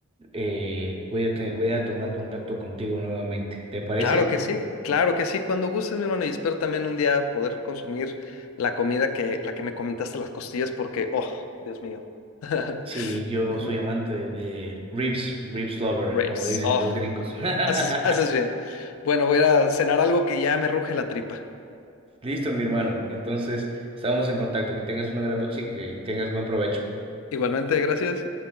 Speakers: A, on the right (about 25°); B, on the left (about 80°).
A: eh, voy a, te- voy a tomar contacto contigo nuevamente. ¿Te parece?
B: Claro que sí, claro que sí. Cuando gustes, mi hermano, y espero también un día poder consumir la comida que, la que me comentaste, las costillas, porque, oh, Dios mío. <laughs>
A: Sí, yo
B: Bueno,
A: soy amante de, de ribs, ribs lover,
B: Ribs,
A: como dicen
B: oh.
A: los gringos. <laughs>
B: Haces, haces bien. Bueno, voy a ir a cenar algo que ya me ruge la tripa.
A: Listo, mi hermano. Entonces, estamos en contacto. Que tengas una gran noche y que tengas buen provecho.
B: Igualmente, gracias.